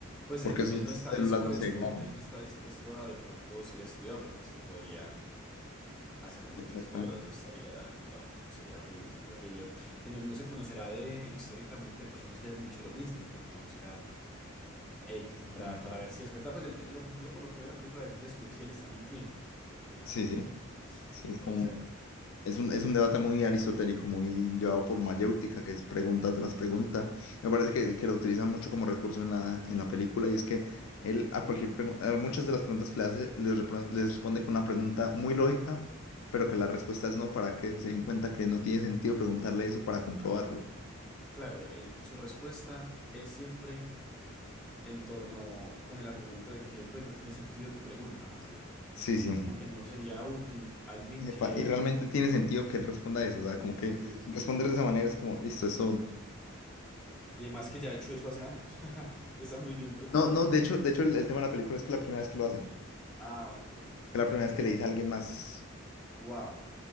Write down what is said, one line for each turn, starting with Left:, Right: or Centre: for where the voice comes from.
Centre: pues
Left: porque
Centre: él,
Left: sus
Centre: él no está
Left: células
Centre: dispuesto,
Left: no se degradan.
Centre: él no está dispuesto a de pronto ser estudiado porque es que podrían hacerle muchas
Left: Exactamente.
Centre: cosas. Estaría, ah, sería horrible, sería horrible. Y no, no se conocerá de históricamente personas que hayan dicho lo mismo, de pronto buscar ello para,
Left: La verdad.
Centre: para ver si es verdad. Pues el, el objetivo por lo que veo de la película es descubrir si él está mintiendo de alguna
Left: Sí,
Centre: forma.
Left: sí, sí,
Centre: Interesante.
Left: es como Es un, es un debate muy aristotélico, muy llevado por
Centre: Sí.
Left: mayéutica, que es pregunta tras pregunta.
Centre: Ok.
Left: Me parece que, que lo utilizan mucho como recurso en la, en la película y es que él a cualquier pregunta, muchas de las preguntas que le hace, les, repro- les responde con una pregunta muy lógica,
Centre: Ujú.
Left: pero que la respuesta es no, para que se den cuenta que no tiene sentido preguntarle eso para comprobarlo.
Centre: Ajá. Claro, el- su respuesta es siempre en torno con el argumento de que pues no tiene sentido tu pregunta más bien.
Left: Sí, sí.
Centre: Como que no sería útil alguien
Left: Epa,
Centre: que...
Left: y realmente tiene sentido que él responda eso, o sea, como que
Centre: Sí, sí.
Left: responder de esa manera es como, listo, eso...
Centre: Y además que ya he hecho eso hace años. <laughs> Entonces está muy bien preparado.
Left: No, no, de hecho, de hecho el, el tema de la película es que la primera vez que lo hacen,
Centre: Ah, ok.
Left: es la primera vez
Centre: Interesante.
Left: que le dice a alguien más.
Centre: Wow,